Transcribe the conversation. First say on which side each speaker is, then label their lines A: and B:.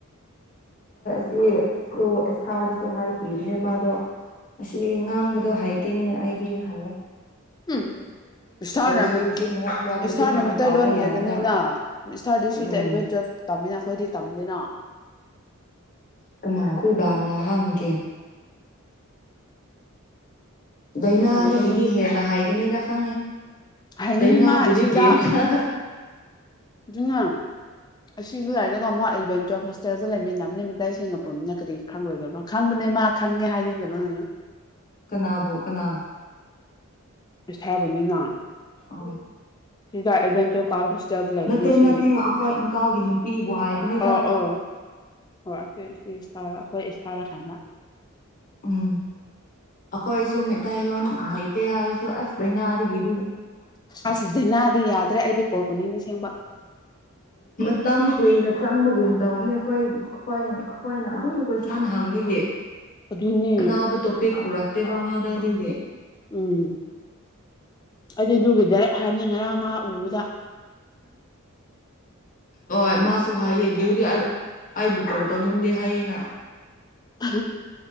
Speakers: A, on the left (about 40°); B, on the left (about 20°).
A: ꯁꯤ ꯑꯦꯊꯥꯗꯁꯨ ꯍꯥꯏꯈꯤꯕꯅꯦ ꯃꯥꯗꯣ ꯑꯁꯤ ꯉꯥꯡꯕꯗꯣ ꯍꯥꯏꯇꯦꯅꯦ ꯑꯩꯗꯤ ꯍꯥꯏꯌꯦꯦ
B: ꯎꯝ ꯏꯁꯇꯥꯔꯅ
A: ꯁꯔꯨꯛꯇꯤ ꯃꯔꯛ ꯃꯔꯛꯇ
B: ꯏꯁꯇꯥꯔꯅ
A: ꯑꯗꯨꯝ
B: ꯃꯩꯇꯩꯂꯣꯟ
A: ꯇꯥꯎꯕ ꯌꯥꯏꯅ
B: ꯍꯥꯏꯒꯅꯤꯅ ꯏꯁꯇꯥꯔ ꯗꯤ ꯁꯤꯗ
A: ꯎꯝ
B: ꯑꯦꯂꯚꯦꯟ ꯇꯨꯋꯜꯞ ꯇꯝꯃꯤꯅ ꯑꯩꯈꯣꯏꯗꯤ ꯇꯝꯅꯤꯅ
A: ꯀꯃꯥꯏ ꯀ ꯝ ꯅꯍꯥꯟꯒ ꯏꯅꯥꯗꯒꯤꯗꯤ
B: ꯍꯥꯏꯒꯅꯨ
A: ꯍꯦꯟꯅ ꯍꯥꯏꯒꯅꯤꯗ ꯈꯪꯉꯦ
B: ꯍꯥꯏꯒꯅꯤ
A: ꯗꯩꯅꯥ
B: ꯃꯥ
A: ꯕꯨꯤ
B: ꯁꯤꯗ
A: ꯒꯦꯝ ꯊꯥ
B: ꯑꯗꯨꯅ ꯑꯁꯤꯁꯨ ꯂꯥꯏꯔꯒ ꯑꯃꯨꯛ ꯑꯦꯂꯚꯦꯟ ꯇꯨꯋꯦꯜꯞ ꯍꯣꯁꯇꯦꯜꯗ ꯂꯩꯃꯤꯟꯅꯅꯦ ꯃꯇꯥꯏ ꯁꯦꯡꯉ ꯄꯨꯝꯅ ꯀꯔꯤ ꯈꯪꯂꯣꯏꯗꯕꯅ ꯈꯪꯕꯅꯦ ꯃꯥ ꯈꯪꯉꯦ ꯍꯥꯏꯅꯤꯡꯗꯕꯅꯤꯅ
A: ꯀꯅꯥꯕꯣ ꯀꯅꯥ
B: ꯏꯁ ꯍꯥꯏꯕꯅꯤꯅ
A: ꯑ
B: ꯁꯤꯗ ꯑꯦꯂꯚꯦꯟ ꯇꯨꯌꯦꯜꯞ ꯀꯥꯔ ꯍꯣꯁꯇꯦꯜꯗ ꯂꯩꯕꯅꯦ
A: ꯅꯠꯇꯦ
B: ꯁꯤ
A: ꯅꯠꯇꯦ ꯑꯩꯈꯣꯏ ꯏꯪꯀꯜꯒꯤ ꯅꯨꯄꯤꯕꯨ ꯍꯥꯏꯕꯅꯤꯗ
B: ꯑꯥ ꯑꯥ ꯍꯣꯏ ꯑꯁꯤ ꯁꯤ ꯏꯁꯇꯥꯔ ꯑꯩꯈꯣꯏ ꯏꯁꯇꯥꯔ ꯈꯟꯕ
A: ꯎꯝ ꯑꯩꯈꯣꯏꯁꯨ ꯃꯩꯇꯩꯂꯣꯟꯣꯟ ꯍꯥꯏꯇꯦ ꯍꯥꯏꯁꯨ ꯑꯁ ꯅꯥꯗꯒꯤ
B: ꯑꯁ ꯗꯥꯏꯅꯥꯗꯤ ꯌꯥꯗ꯭ꯔꯦ ꯑꯩꯗꯤ ꯀꯣꯜ ꯇꯧꯅꯤꯡꯗ ꯁꯦꯝꯦꯡꯕ
A: ꯃꯇꯝ ꯀꯨꯏꯅ ꯆꯪꯕꯒꯨꯝ ꯇꯧꯅꯤ ꯑꯩꯈꯣꯏ ꯍꯣꯏ ꯑꯩꯈꯣꯏꯅ ꯑꯗꯨꯝ ꯀꯣꯏ ꯏꯁꯥꯅ ꯍꯥꯡꯕꯒꯤ
B: ꯑꯗꯨꯅꯦ
A: ꯑꯅꯥꯎꯕ ꯇꯣꯄꯤꯛ ꯄꯨꯔꯛꯇꯦ ꯕꯃꯥꯗ ꯑꯗꯨꯒꯤ
B: ꯎꯝ ꯑꯩꯗꯤ ꯑꯗꯨꯒꯤꯗ ꯍꯥꯏꯕꯅꯤ ꯉꯔꯥꯡ ꯃꯥ ꯎꯕꯗ
A: ꯍꯣꯏ ꯃꯥꯁꯨ ꯍꯥꯏꯌꯦꯦ ꯎꯗꯤ ꯑꯩꯕꯨ ꯀꯝ ꯇꯧꯅꯤꯡꯗꯦ ꯍꯥꯏꯌꯦꯅ
B: ꯎ